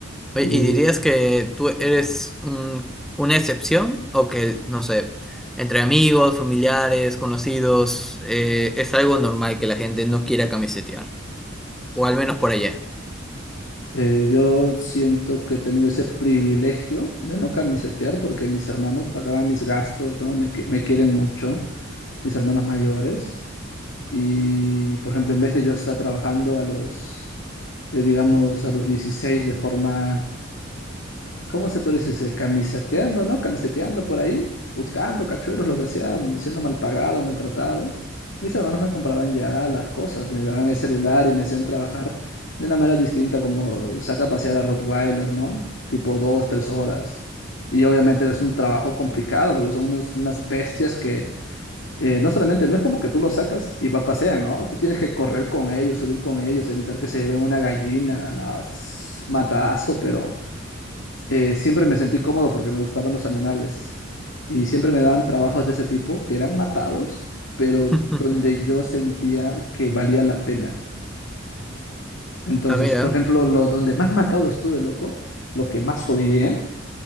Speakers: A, in the centre; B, on the left.
A: Oye,
B: Y
A: ¿y dirías que tú eres un- una excepción o que, no sé, entre amigos, familiares, conocidos, eh, es algo normal que la gente no quiera camisetear? O al menos por allá.
B: eh, yo siento que he tenido ese privilegio de no camisetear porque mis hermanos pagaban mis gastos, ¿no? Me, qui- me quieren mucho, mis hermanos mayores. Y, por ejemplo, en vez de yo estar trabajando a los, eh, digamos, a los 16 de forma ¿cómo se puede decir? Se- Camiseteando, ¿no? Camiseteando por ahí, buscando cachueros, lo que sea, m- siendo mal pagado, maltratado. Mis hermanos me compraban ya las cosas, me daban el celular y me hacían trabajar de una manera distinta, como saca a pasear a Rottweiler, ¿no? Tipo dos, tres horas. Y obviamente es un trabajo complicado porque son unos- unas bestias que eh, no solamente, no es como que tú los sacas y va pasean, ¿no? Tú tienes que correr con ellos, subir con ellos, evitar que se lleven una gallina, nada, es matadazo, pero eh, siempre me sentí cómodo porque me gustaban los animales y siempre me daban trabajos de ese tipo que eran matados, pero
A: <laughs>
B: donde yo sentía que valía la pena. Entonces,
A: Ah, mira,
B: por ejemplo, lo donde más matado estuve, loco, lo que más odié